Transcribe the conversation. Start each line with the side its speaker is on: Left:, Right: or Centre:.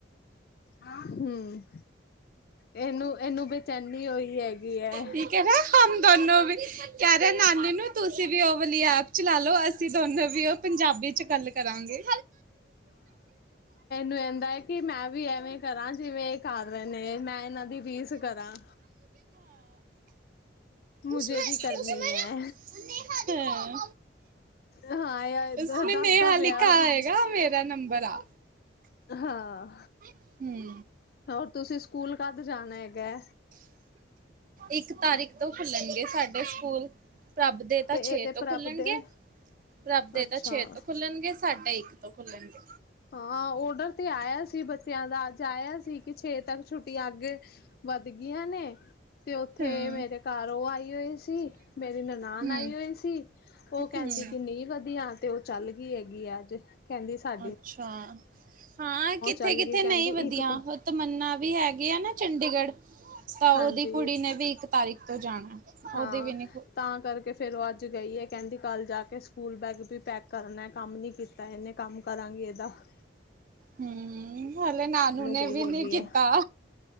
Left: ਹਮ ਇਹਨੂੰ ਇਹਨੂੰ ਬੇਚੈਨੀ ਹੋਈ। ਹੈਗੀ ਹੈ
Right: ਕੀ ਕਹ ਹਮ ਦੋਨੋ ਵੀ ਕਹਿ ਰਿਹੇ ਨਾਨੀ ਨੂੰ ਤੁਸੀਂ ਵੀ ਉਵਲੀ ਆਪ। ਚਲਾ ਲੋ ਅਸੀਂ ਦੋਨੋ ਵੀ ਉਹ ਪੰਜਾਬੀ ਚ ਗੱਲ ਕਰਾਂਗੇ।
Left: ਮੈਨੂੰ ਕਹਿੰਦਾ ਹੈ ਕਿ ਮੈਂ ਵੀ ਐਵੇਂ ਕਰਾਂ ਜਿਵੇਂ ਇਹ ਕਰ ਰਹੇ। ਨੇ ਮੈਂ ਇਹਨਾਂ ਦੀ ਵੀਸ ਕਰਾਂ। ਮੁਝੇ
Right: ਉਸ ਉਸੇ
Left: ਵੀ ਕਰਨੀ
Right: ਨਾ।
Left: ਹੈ ਹਾਂ ਯ
Right: ਉਸਨੇ
Left: ਦੱਸਦਾ
Right: ਨੇਹਾ
Left: ਪਿਆ
Right: ਲਿਖਾ
Left: ਉਹਦੇ
Right: ਆਏਗਾ ਮੇਰਾ ਨੰਬਰ ਆ।
Left: ਹਾਂ।
Right: ਹੂੰ
Left: ਹੋਰ ਤੁਸੀਂ ਸਕੂਲ ਕਦ ਜਾਣਾ ਹੈਗਾ।
Right: ਇੱਕ ਤਾਰੀਖ ਤੋਂ ਖੁੱਲਣਗੇ ਸਾਡੇ ਸਕੂਲ। ਰੱਬ ਦੇ ਤਾਂ
Left: ਤੇ
Right: ਛੇ
Left: ਇਹਦੇ
Right: ਤੋਂ
Left: ਪ੍ਰਭ
Right: ਖੁੱਲਣਗੇ
Left: ਦੇ
Right: ਰੱਬ ਦੇ
Left: ਅੱਛਾ
Right: ਤਾਂ ਛੇ ਤੋਂ ਖੁੱਲਣਗੇ ਸਾਢਾ ਇੱਕ। ਖੁੱਲਣਗੇ।
Left: ਹਾਂ ਓਡਰ ਤੇ ਆਇਆ ਸੀ ਬੱਚਿਆਂ ਦਾ ਅੱਜ ਆਇਆ ਸੀ ਕਿ ਛੇ ਤੱਕ ਛੁੱਟੀ ਅਗੇ। ਵੱਧ ਗਈਆਂ ਨੇ। ਤੇ ਉੱਥੇ
Right: ਹਮ
Left: ਮੇਰੇ ਘਰ ਉਹ ਆਈ ਹੋਈ ਸੀ ਮੇਰੀ ਨਨਾਨ
Right: ਹਮ
Left: ਆਈ ਹੋਈ ਸੀ ਉਹ ਕ। ਕਹਿੰਦੀ
Right: ਹਮ
Left: ਕਿ ਨਹੀ ਵਧੀਆਂ ਤੇ ਉਹ ਚੱਲ ਗਈ ਹੈਗੀ ਆ ਅੱਜ ਕਹਿੰਦੀ ਸਾ।
Right: ਅੱਛਾ ਹਾਂ ਕਿੱਥੇ
Left: ਚੱਲ
Right: ਕਿੱਥੇ
Left: ਗਈ ਕਹਿੰਦੀ
Right: ਨਹੀਂ ਵਧੀਆਂ
Left: ਇੱਕ ਤੋਂ
Right: ਉਹ ਤਮੰਨਾ ਵੀ ਹੈਗੀ ਆ ਨਾ ਚੰਡੀਗੜ੍ਹ। ਤਾਂ ਉਹਦੀ
Left: ਹਾਂਜੀ
Right: ਕੁੜੀ ਨੇ ਵੀ ਇੱਕ ਤਾਰੀਕ ਤੋਂ ਜਾਣਾ।
Left: ਹਾਂ
Right: ਉਹਦੀ ਵੀ ਨੀ
Left: ਤਾਂ ਕਰਕੇ ਫੇਰ ਉਹ ਅੱਜ। ਗਈ ਹੈ ਕਹਿੰਦੀ ਕੱਲ੍ਹ ਜਾ ਕੇ ਸਕੂਲ ਬੈਗ ਵੀ ਪੈਕ ਕਰਨਾ ਕੰਮ ਨਹੀਂ ਕੀਤਾ ਇਹਨੇ ਕੰਮ ਕਰਾਂਗੀ ਇਹਦਾ। ਹ।
Right: ਹਮ। ਹਲੇ ਨਾਨੂ ਨੇ
Left: ਗਈ
Right: ਵੀ
Left: ਹੈਗੀ
Right: ਨੀ ਕੀਤਾ
Left: ਹੈ